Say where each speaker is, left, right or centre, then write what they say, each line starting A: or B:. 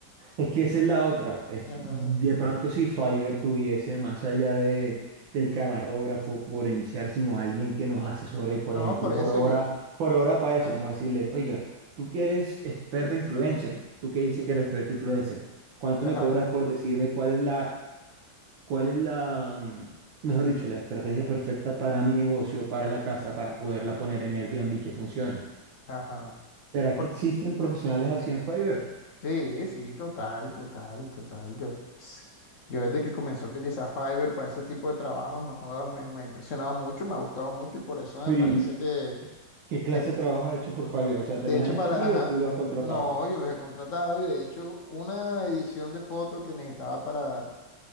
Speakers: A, on the right (about 80°); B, on the left (about 50°).
A: Es que esa es la otra. Es-
B: Ajá.
A: de pronto si Fiverr tuviese más allá de, del camarógrafo por iniciar, sino alguien que nos asesore,
B: No,
A: por ejemplo,
B: por eso
A: por hora,
B: yo.
A: por hora para
B: Ajá,
A: eso, como decirle, oiga, tú que eres experta influencer, tú que dices que eres experta influencer, ¿cuánto
B: ajá,
A: me cobras por decirme cuál es la, cuál es la, mm, mejor dicho, la estrategia perfecta para mi negocio, para la casa, para poderla poner en Airbnb que funcione?
B: ajá.
A: ¿Será
B: Por...
A: que existen profesionales así en Fiverr?
B: Sí, sí, total, total, total. Yo, ps, yo desde que comencé a utilizar Fiverr para ese tipo de trabajos, no joda, me, me ha impresionado mucho, me ha gustado mucho y por eso me
A: Pero
B: parece
A: ¿y
B: que,
A: y qué clase
B: que
A: de trabajo has hecho por Fiverr? O sea,
B: de
A: ¿te los
B: hecho,
A: han hecho
B: para
A: a ti
B: la- ajá,
A: o tú los has contratado?
B: no, yo los he contratado y de hecho, una edición de foto que necesitaba para,